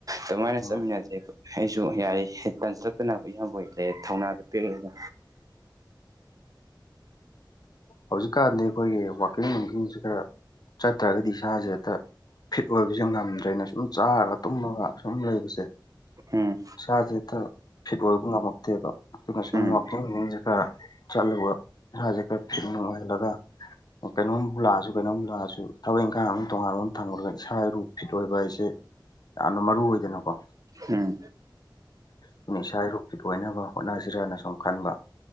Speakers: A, on the right; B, on the left.
A: ꯑꯗꯨꯃꯥꯏꯅ
B: ꯑꯥ
A: ꯆꯠꯃꯤꯟꯅꯁꯦ ꯑꯩꯁꯨ ꯌꯥꯏ ꯇꯥꯟꯁꯤꯜꯂꯛꯇꯅꯕ ꯏꯌꯥꯝꯕ ꯍꯣꯏ ꯂꯩꯔꯦ ꯊꯧꯅꯥꯗ ꯄꯦꯜꯂꯦꯗ
B: ꯍꯧꯖꯤꯛꯀꯥꯟꯗꯤ ꯑꯈꯣꯏꯒꯤ ꯋꯥꯛꯀꯤꯡ ꯅꯨꯡꯀꯤꯡꯁꯦ ꯈꯔ ꯆꯠꯇ꯭ꯔꯒꯗꯤ ꯏꯁꯥꯁꯦ ꯍꯦꯛꯇ ꯐꯤꯠ ꯑꯣꯏꯕꯁꯦ ꯉꯝꯗ꯭ꯔꯦꯅ ꯁꯨꯝ ꯆꯥꯔꯒ ꯇꯨꯝꯃꯒ ꯁꯨꯝ ꯂꯩꯕꯁꯦ
A: ꯎꯝ
B: ꯏꯁꯥꯁꯦ ꯈꯔ ꯐꯤꯠ ꯑꯣꯏꯕ ꯉꯝꯃꯛꯇꯦꯕ ꯑꯗꯨꯅ ꯁꯨꯝ
A: ꯎꯝ ꯎꯝ
B: ꯋꯥꯛꯀꯤꯡ ꯅꯨꯡꯒꯤꯡꯁꯦ ꯈꯔ ꯆꯠꯂꯨꯕ ꯏꯁꯥꯁꯦ ꯈꯔ ꯐꯤꯠ ꯅꯨꯡ ꯑꯣꯏꯍꯜꯂꯒ ꯀꯩꯅꯣꯝꯕꯨ ꯂꯥꯛꯑꯁꯨ ꯀꯩꯅꯣꯝ ꯂꯥꯛꯑꯁꯨ ꯊꯕꯛ ꯏꯪꯈꯥꯡ ꯑꯃ ꯇꯣꯉꯥꯟꯕ ꯑꯃ ꯊꯝꯈꯨꯔꯒ ꯏꯁꯥ ꯏꯔꯨ ꯐꯤꯠ ꯑꯣꯏꯕ ꯍꯥꯏꯁꯦ ꯌꯥꯝꯅ ꯃꯔꯨ ꯑꯣꯏꯗꯅꯀꯣ
A: ꯎꯝ
B: ꯑꯗꯨꯅ ꯏꯁꯥ ꯏꯔꯨ ꯐꯤꯠ ꯑꯣꯏꯅꯕ ꯍꯣꯠꯅꯁꯤꯔꯅ ꯁꯨꯝ ꯈꯟꯕ